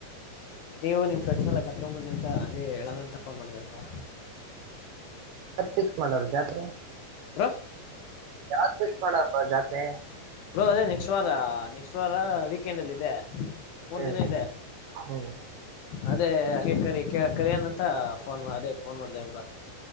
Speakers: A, on the left; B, on the right.
A: ನೀವು ನಿಮ್ ಫ್ರೆಂಡ್ಸ್ ಎಲ್ಲ ಕರ್ಕೊಂಡ್ ಬನ್ನಿ ಅಂತ ಹಂಗಗೆ ಹೇಳಣ ಅಂತ ಫೋನ್ ಮಾಡಿದೆವಲ್ವಾ
B: ಕ ಮಾಡ ಜಾತ್ರೆ
A: ಬ್ರೋ
B: <unintelligible> ಜಾತ್ರೆ
A: ಬ್ರೋ ಅದೇ ನೆಕ್ಸ್ಟ್ ವಾರ ನೆಕ್ಸ್ಟ್ ವಾರ ವೀಕೆಂಡ್ ಅಲ್ಲಿ ಇದೆ ಮೂರ್
B: ಹ್ಮ್
A: ದಿನ ಇದೆ
B: ಹ್ಮ್
A: ಅದೇ ಹಾಗೆ ಕರಿ ಕರಿಯಾನಂತ ಫೋನ್ ಅದೇ ಫೋನ್ ಮಾಡ್ದಬ್ರ